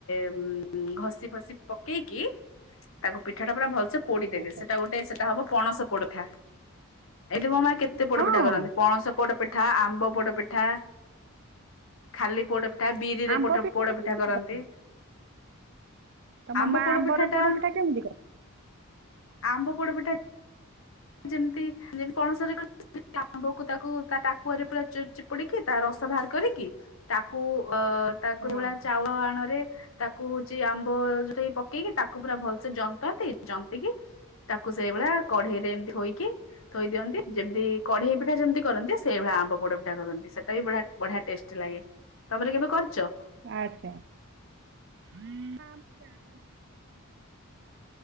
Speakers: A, on the left; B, on the right.
A: ଉ ଘସି ଫସି ପକେଇକି ତାକୁ ପିଠା ଟା ପୁରା ଭଲସେ ପୋଡିଦେବେ
B: ଆଚ୍ଛା
A: ସେଟା ଗୋଟେ ସେଟା ହବ ପଣସ ପୋଡଥା ଏଇଠି <unintelligible> କେତେ ପୋଡ
B: ହଁ
A: ପିଠା କରନ୍ତି ପଣସ ପୋଡ ପି ଠା ଆମ୍ବ ପୋଡ ପିଠା ଖାଲି ପୋଡ ପିଠା ବିରିରେ
B: ଆମ୍ବ
A: ପୋଟ
B: ପିଠାଟା
A: ପୋଡପିଠା
B: କେମିତି
A: କରନ୍ତି
B: କର ତମ
A: ଆମ୍ବ
B: ମା
A: ପୋଡପିଠା
B: ଆମ୍ବର ପୋଡ଼
A: ଟା
B: ପିଠା କେମିତି କରେ
A: ଆମ୍ବ ପୋଡ ପିଠା ଯେମିତି <unintelligible> ଆମ୍ବକୁ ତାକୁ ତା ଟାକୁଆରେ ପୁରା ଚି ଚିପୁଡିକି ତା ରସ ବାହାର କରିକି ତାକୁ ଅ ତାକୁଡି
B: ହଁ
A: ଭଳିଆ ଚାଉଳ ଆଣରେ ତାକୁ ହଉଚି ଆମ୍ବ ଯୋଉ ସେଇ ପକେଇକି ତାକୁ ପୁରା ଭଲସେ ଜନ୍ତନ୍ତି ଜନ୍ତକି ତାକୁ ସେଇଭଳିଆ କଢେଇରେ ଏମିତି ହୋଇକି ଥୋଇ ଦିଅନ୍ତି ଯେମିତି କଢେଇ ପିଠା ଯେମିତି କରନ୍ତି ସେଇଭଳିଆ ଆମ୍ବ ପୋଡ ପିଠା କରନ୍ତି ସେଟା ବି ବଢିଆ ବଢିଆ ଟେଷ୍ଟି ଲାଗେ। ତମରେ କେବେ କରିଚ
B: <unintelligible>